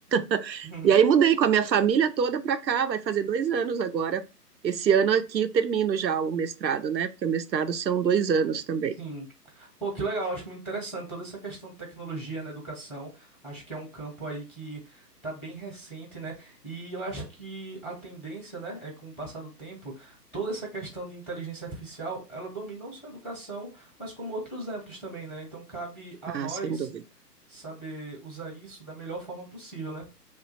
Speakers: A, on the right; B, in the centre.
A: <laughs>
B: <laughs>
A: e aí mudei com a minha família toda para cá, vai fazer dois anos agora. Esse ano aqui eu termino já o mestrado, né? Porque o mestrado são dois anos também.
B: sim. Pô, que legal. Acho muito interessante toda essa questão de tecnologia na educação. Acho que é um campo aí que tá bem recente, né? E eu acho que a tendência, né, é que com o passar do tempo, toda essa questão de inteligência artificial, ela domina não só a educação, mas como outros âmbitos também, né? Então cabe a
A: Ah,
B: nós
A: sem dúvida.
B: saber usar isso da melhor forma possível, né?